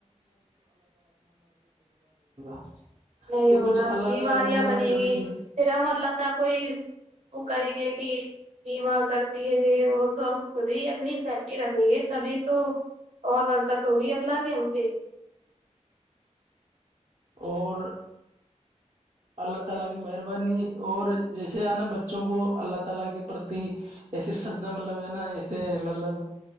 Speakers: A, on the right; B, on the right.
A: <unintelligible>
B: نہیں
A: تو
B: ہوگا
A: کچھ اللہ
B: بیماریاں
A: تعالی کی مہربانی
B: بنے
A: کرنے
B: گی
A: کے لیے
B: پھرم اللہ ت کوئی وہ کریں گے کہ بیما کرتی ہے یہ وہ تو ہم خود ہی اپنی سیفٹی رکھیں گے تبھی تو اور برکت ہوگی اللہ گ ہم پہ
A: اور
B: <unintelligible>
A: اللہ تعالی کی مہربانی اور جیسے ہے نا بچوں کو اللہ تعالی کے پرتی ایسے سردا مطلب ہے نا ایسے مطلب